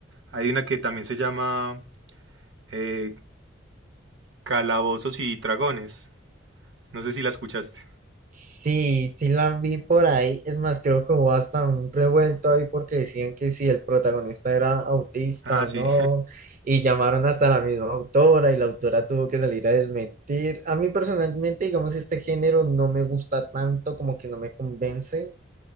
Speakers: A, on the right; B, on the right.
A: Hay una que también se llama eh, Calabozos y Dragones. No sé si la escuchaste.
B: Sí, sí la vi por ahí. Es más, creo que hubo hasta un revuelto ahí porque decían que si el protagonista era autista
A: Ah,
B: o
A: sí,
B: no. Y llamaron hasta la misma autora y la autora tuvo que salir a desmentir. A mí personalmente, digamos, este género no me gusta tanto, como que no me convence.